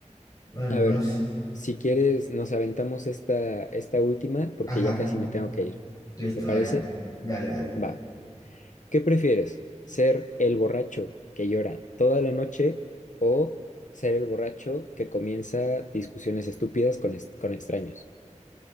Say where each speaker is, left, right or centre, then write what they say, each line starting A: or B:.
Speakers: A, on the left (about 30°); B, on the left (about 80°).
A: Bueno,
B: A ver,
A: no es-
B: si quieres, nos aventamos esta, esta última porque
A: Ajá,
B: ya casi me tengo que ir.
A: listo,
B: ¿Te parece?
A: dale, dale, dale, dale.
B: Va. ¿Qué prefieres? ¿Ser el borracho que llora toda la noche o ser el borracho que comienza discusiones estúpidas con, es- con extraños?